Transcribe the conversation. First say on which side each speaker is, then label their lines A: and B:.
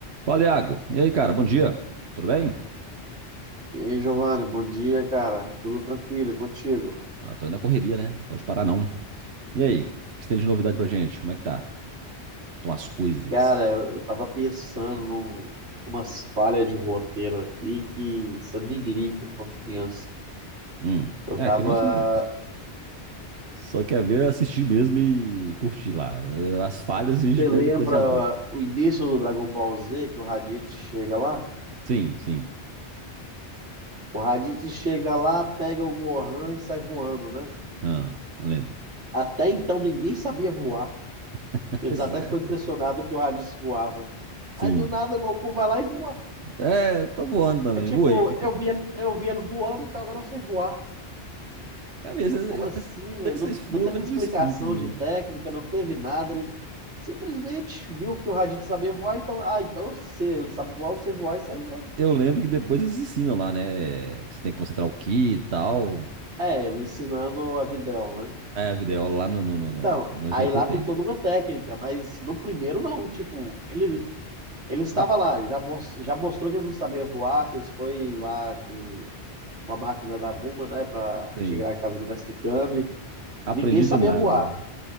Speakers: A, on the right; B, on the right.
A: Fala, Iago. E aí, cara? Bom dia. Tudo bem?
B: E aí, Giovanni, bom dia, cara. Tudo tranquilo e contigo?
A: Ah, tô indo na correria, né? Pode parar não. E aí? O que você tem de novidade pra gente? Como é que tá? Estão as coisas?
B: Cara, eu eu tava pensando num- umas falhas de roteiro aqui que você nem liga quando criança.
A: Hum.
B: Eu
A: É,
B: tava.
A: criança não. Só quer ver, assistir mesmo e curtir lá. Eh, As falhas a gente
B: Você
A: vê
B: lembra
A: depois de adulto.
B: o início do Dragon Ball Z, que o Raditz chega lá?
A: Sim, sim.
B: O Raditz chega lá, pega o Gohan e sai voando, né?
A: Ah, eu lembro.
B: Até então ninguém sabia voar.
A: <laughs>
B: Eles
A: Pois
B: até
A: é.
B: ficou impressionados que o Raditz voava.
A: Sim.
B: Aí do nada o Goku vai lá e voa.
A: É, eu tô voando também.
B: É tipo,
A: Voei. <laughs>
B: eu vi ele, eu vi ele voando, então agora eu sei voar.
A: É mesmo,
B: Eu, como
A: esses,
B: assim,
A: esses
B: velho?
A: esses
B: Não,
A: furos
B: não teve explicação
A: não explicam, não.
B: de técnica, não teve nada. Ele simplesmente viu que o Raditz sabia voar, então, ah, então eu sei, ele sabe voar, você voar e saiu voando.
A: Eu lembro que depois eles ensinam lá, né? Você tem que concentrar o que e tal.
B: É, ele ensinando a Videl, né?
A: É, a videoaula lá no, no, no,
B: Então,
A: no, no
B: aí
A: GT
B: lá
A: tem.
B: tem toda uma técnica, mas no primeiro não, tipo, ele, ele estava
A: A-
B: lá, já, mos- já mostrou que eles não sabiam voar, que eles foi lá com, com a máquina da Buma, né, pra
A: sim.
B: chegar na casa do Mestre Kami.
A: Aprendi
B: Ninguém sabia
A: do nada.
B: voar.